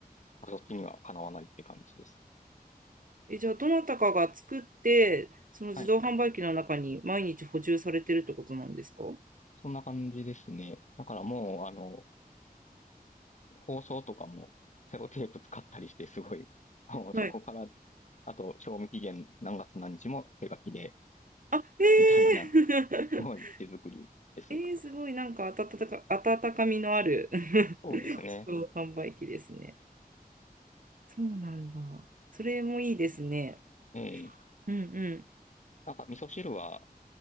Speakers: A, on the left; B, on the right.
A: そっちにはかなわないって感じです。
B: え、じゃあ、どなたかが作って、その自動販売機の中に毎日補充されてるってことなんですかは
A: はい。そんな感じですね。だからもう、あの、包装とかもセロテープ使ったりして、すごい、<laughs> あのそこから、
B: い。
A: あと、賞味期限何月何日も手書きで、
B: あ、へえ
A: みたいな、すごい手作りです。
B: <laughs> えー、すごい、なんか温か、温かみのある <laughs>
A: そうですね。
B: 自動販売機ですね。そうなんだ。それもいいですね。
A: ええ
B: うんうん。
A: なんか味噌汁は、